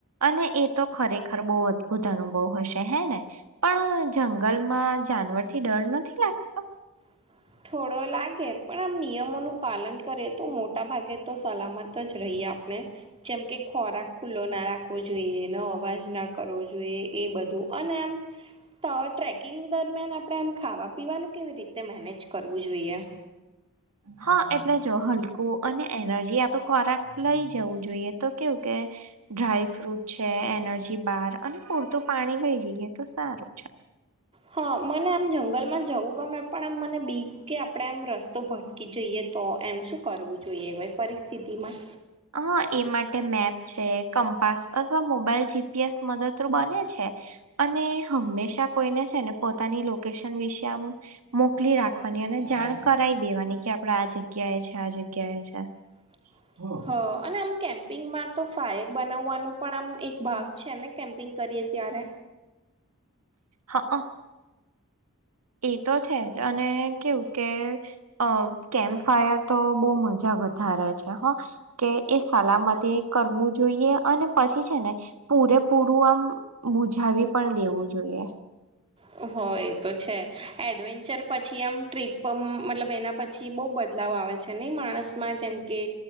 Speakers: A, on the right; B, on the right.
A: અને એ તો ખરેખર બહુ અદ્ભુત અનુભવ હશે હે ને? પણ પણ જંગલમાં જાનવરથી ડર નથી લાગતો?
B: <inaudible> થોડો લાગે. પણ આમ નિયમોનું પાલન કરે તો મોટા ભાગે તો સલામત જ રહી એ આપને જેમ કે ખોરાક ખુલ્લો ના રાખવો જોઈએ, એનો અવાજ ના કરવો જોઈએ એ બધ બધું અને આમ ત ટ્રેકિંગ દરમિયાન આપણે આમ ખાવા પીવાનું કેવી રીતે મેનેજ કરવું જોઈએ.
A: હહ એટલે જો હલકું અને એનર્જી આતો ખોરાક લઇ જવું જોઈએ તો કેવું કે ડ્રાયફ્રૂટ છે, એનર્જી બાર, અને પૂરતું પાણી લઈ જઈએ તો સારું છે.
B: હહ મને આમ જંગલમાં જવું ગમે પણ આમ મને બીક કે આપણેે આમ રસ્તો ભટકી જઈએ. તો એમ શું કરવું જોઈએ વે પરિસ્થિતિમાં?
A: હહ એ માટે મેપ છે, કમ્પાસ અથવા મોબાઈલ જીપીએસ મદદરૂ બને છે. અને હંમેશા અને કોઈને છે ને પોતાની લોકેશન વિશે આમ મોકલી રાખવાની અને જાણ કરાઈ દેવાની. કે આપડે આ જગ્યાએ છે, આ જગ્યાએ છે.
B: <inaudible>
A: હહ
B: અને આમ કેમ્પિંગમાં તો ફાયર બનાવવાનું પણ આમ એક ભાગ છે ને કેમ્પિંગ કરીએ ત્યારે?
A: હહ અ એ તો છે જ અને કેવું કે અ કેમ્પ ફાયર તો બહુ મજા વધારે છે હ કે એ સ સલામતે કરવું જોઈએ અને પછી છે ને પૂરે પૂરું આમ મુજાવી પણ દેવું જોઈએ.
B: <unintelligible> હહ એ તો છે એડવેન્ચર પછી આમ ટ્રીપ મતલબ એના પછી બહુ બદ લાવ આવે છે નહીં માણસમાં જેમ કે